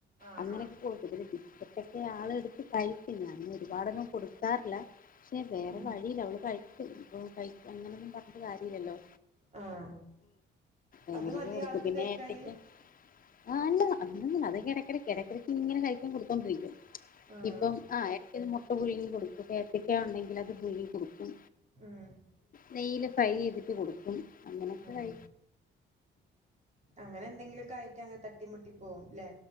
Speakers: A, on the right; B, on the left.
A: ആഹ്
B: അങ്ങനെയൊക്കെ
A: ആഹ്
B: കൊടുക്കതിന് ബിസ്ക്കറ്റൊക്കെ ആൾ എടു കഴിക്കും പിന്നെ ഒരുപാടൊന്നും കൊടുക്കാറില്ല പക്ഷെ വേറെ
A: ഉം
B: വഴിയില്ല അവള് കഴിക്കും ഇപ്പൊ കഴിക്കും അങ്ങനൊന്നും പറഞ്ഞിട്ട കാര്യല്ലല്ലോ
A: ആഹ്
B: ഉങ്ങനക്ക
A: അത് മതി
B: കൊടുക്കും
A: ആൾക്ക്
B: പിന്നെഏത്തക്ക
A: കഴിക്കാന്
B: ആ അ അതിടക്കിടക്ക് ഇങ്ങനെ കഴിക്കൻ കൊടുത്തോണ്ടിരിക്കും
A: ആഹ്
B: ഇപ്പം ആ ഇ പുഴുങ്ങി കൊടുക്കും ഏത്തക്ക ഉണ്ടെങ്കിൽ അത് പുഴുങ്ങി കൊടുക്കും
A: ഉം
B: നെയ്യിൽ ഫ്രൈ ചെയ്തിട്ട് കൊടുക്കും അങ്ങനെയൊക്കെ
A: ആഹ്
B: കഴ
A: അങ്ങനെ എന്തെങ്കിലുക്കെ ആയിട്ട് അങ്ങനെ തട്ടിമുട്ടി പോകുംല്ലേ